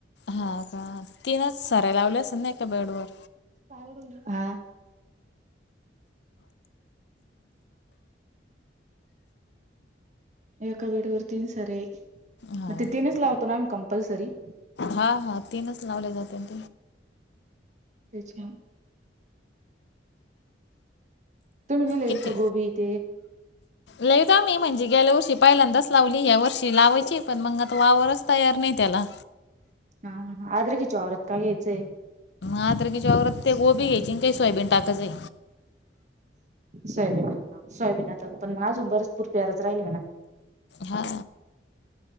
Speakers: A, on the left; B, on the right.
A: हा का तीनच साराय लावलेस ना एका बेड वर.
B: काय उडून घ हा. एका बेड वर तीन सारे मग
A: हां
B: ते तीनच लावतो ना मी क कंपलसरी.
A: हां हां तीनच लावल्या जातात ते <unintelligible>
B: त्याच्या. तुम्ही लले
A: किती
B: इतका गोबी इथे.
A: लईत आम्ही म्हणजे गेल्या वर्षी पहिल्यांदाच लावली, या्या वर्षी लावायची पण मग आता वावरच तयार नाही त्याला.
B: हा आद्रकिचा वावरात कागयचेय.
A: आद्रकिच्या वावरात ते गोबी घ्यायची काही सोयाबीन टाकच आहे.
B: सोयाबीना सोयाबीन आता पण आजून बरच पूर प्यारच राहिल म्हणा.
A: हा.